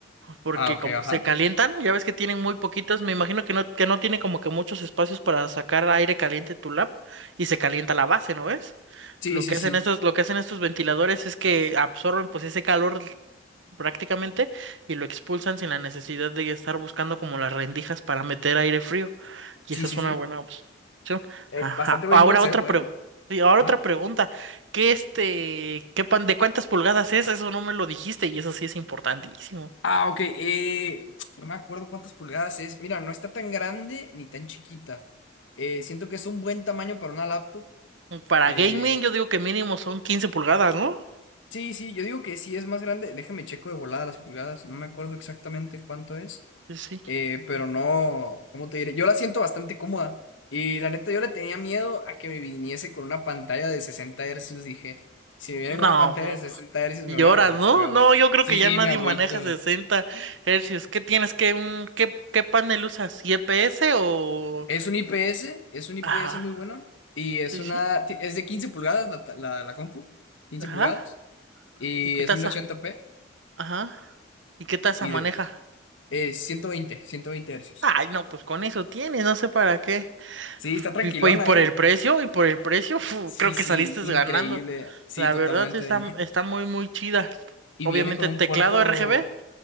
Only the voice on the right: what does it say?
Porque
como
se calientan, ya ves que tienen muy poquitos, me imagino que no, que no tiene como que muchos espacios para sacar aire caliente tu lab y se calienta la base, ¿no ves?
Lo
que
hacen estos, lo que hacen estos ventiladores es que absorben pues ese calor prácticamente y lo expulsan sin la necesidad de estar buscando como las rendijas para meter aire frío. Y
esa
es una
buena opción.
Ajá.
Ahora
otra pregunta.
Ahora
otra pregunta. ¿Qué este, qué pan, de cuántas pulgadas es? Eso no me lo dijiste y eso sí es importantísimo.
Para
gaming, yo digo que mínimo son 15 pulgadas, ¿no?
Sí. sí.
No,
no,
y
horas,
¿no?
No,
yo creo
que ya nadie
maneja 60 hercios. ¿Qué tienes? ¿Qué, un, qué, qué panel usas? ¿IPS o...?
Ajá,
sí,
sí.
Ajá.
¿Y qué
tasa?
Ajá. ¿Y qué tasa
maneja?
Ay, no, pues con eso tienes, no sé para qué.
Y, po- y por
el precio, y por el precio, fu,
creo
que saliste
ganando.
La
verdad sí está, está
muy, muy chida.
Obviamente,
teclado
RGB.